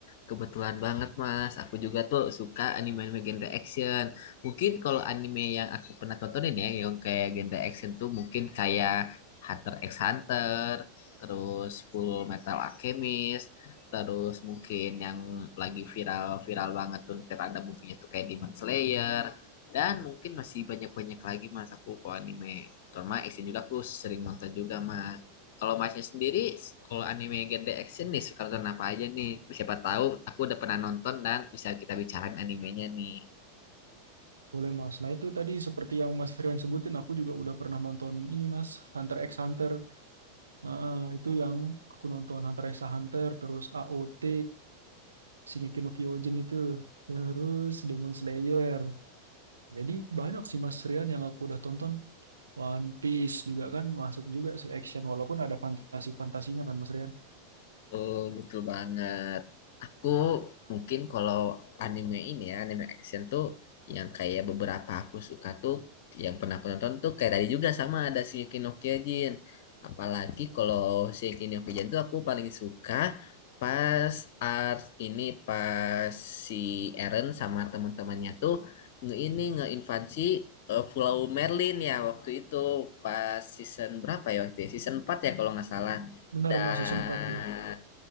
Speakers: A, on the left; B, on the right.
A: kebetulan banget Mas. Aku juga tuh suka anime-anime genre action. Mungkin kalau anime yang aku pernah tontonin ya, yang kayak genre action tuh mungkin kayak Hunter x Hunter, terus Full Metal Alchemist, terus mungkin yang lagi viral-viral banget tuh ntar ada movie-nya tuh kayak Demon Slayer. Dan mungkin masih banyak-banyak lagi Mas aku kalau anime. Terutama action juga aku sering nonton juga Mas. Kalau masnya sendiri, kalau anime genre action nih suka nonton apa aja nih? Siapa tahu aku udah pernah nonton dan bisa kita bicarain animenya nih.
B: Boleh Mas. Nah itu tadi seperti yang Mas Rian sebutin, aku juga udah pernah nonton ini Mas, Hunter x Hunter. Heeh, itu yang aku nonton Hunter x Hunter, terus AOT, Shingeki no Kyojin itu, terus Demon Slayer. Jadi banyak sih Mas Rian yang aku udah tonton. One Piece juga kan masuk juga su action walaupun ada fantasi-fantasinya kan Mas Rian.
A: Tuh, betul banget. Aku mungkin kalau anime ini ya, anime action tuh yang kayak beberapa aku suka tuh, yang pernah aku nonton tuh kayak tadi juga sama ada Shingeki no Kyojin. Apalagi kalau Shingeki no Kyojin tuh aku paling suka pas art ini pas si Eren sama teman-temannya tuh nge ini ngeinvasi eh, Pulau Merlin ya waktu itu pas season berapa ya waktu itu? Season 4 ya kalau nggak salah.
B: Benar
A: Dan
B: Mas season 4 dia.